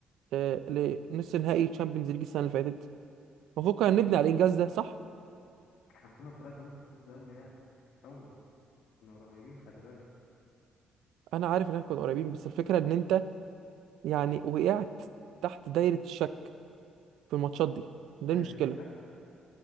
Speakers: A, on the right; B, on the left.
A: آه، لنص نهائي تشامبيونز ليج السنه اللي فاتت المفروض كنا نبني على الانجاز ده صح
B: احنا خسرنا بطريقه كانت مستفزه قوي يعني قوي كنا قريبين خلي بالك
A: انا عارف ان احنا كنا قريبين بس الفكره ان انت يعني وقعت تحت دايرة الشك في الماتشات دي دي
B: دارت
A: المشكلة
B: الشك